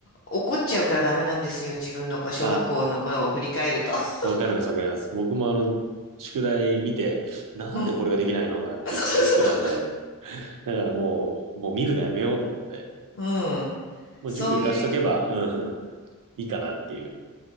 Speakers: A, on the left; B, on the right.
A: 怒っちゃうからダメなんですよ。自分のこう小学校の頃を振り返ると。
B: あ、
A: <laughs>
B: わかります、わかります。僕もあの、宿題見て、なんでこれができないのなんていうふうに言ってたんで、
A: うん <laughs> そうそうそ
B: だからもう、もう見るのやめようと思って。
A: う。うん。
B: もう塾行かしとけば、
A: そういう、
B: うん、<laughs> いいかなっていう。